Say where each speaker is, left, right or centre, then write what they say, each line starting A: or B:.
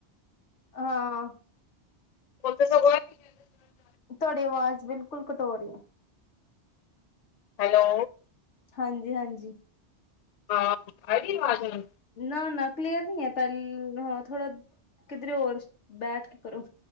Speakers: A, on the left; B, on the left.
A: ਹਾਂ।
B: ਓ ਤੇ ਸਗੋ ਐ ਵੀ <unintelligible>
A: ਤੁਹਾਡੀੇ ਆਵਾਜ਼ ਬਿਲਕੁਲ ਕਟ ਹੋ ਰਹੀ ਹੈ।
B: ਹੈਲੋ।
A: ਹਾਂਜੀ ਹਾਂਜੀ।
B: ਹਾਂ ਆਈ ਅਵਾਜ਼ ਹੁਣ।
A: ਨਾ ਨਾ ਕਲੀਅਰ ਨਹੀਂ ਹੈ ਪਹਿਲ ਹਾਂ ਥੋੜਾ ਕਿਧਰੇ ਹੋਰ ਬੈਠ ਕੇ ਕਰੋ।